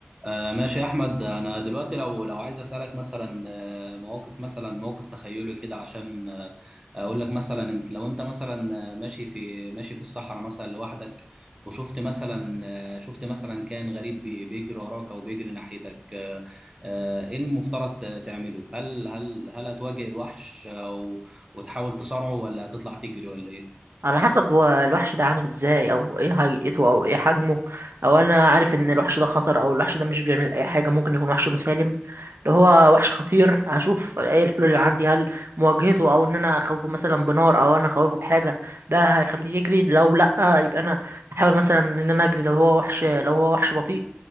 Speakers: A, on the right; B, on the right.
A: آه ماشي يا احمد انا دلوقتي لو لو عايز اسالك مثلا آه، مواقف مثلا موقف تخيلي كده عشان آه، اقول لك مثلا انت لو انت مثلا آه، ماشي في ماشي في الصحراء مثلا لوحدك وشفت مثلا آه، شفت مثلا كائن غريب بي- بيجري وراك او بيجري ناحيتك آه، آه، ايه المفترض ت- تعمله هل هل هل هتواجه الوحش او وتحاول تصارعه ولا هتطلع تجري ولا ايه
B: على حسب هو الوحش ده عامل ازاي او ايه هيئته او ايه حجمه او انا عارف ان الوحش ده خطر او الوحش ده مش بيعمل اي حاجه ممكن يكون وحش مسالم لو هو وحش خطير هشوف ايه الحلول اللي عندي هل مواجهته او ان انا اخوفه مثلا بنار او انا اخوفه بحاجه ده هيخليه يجري لو لا يبقى انا احاول مثلا ان انا اجري لو هو وحش لو هو وحش بطيء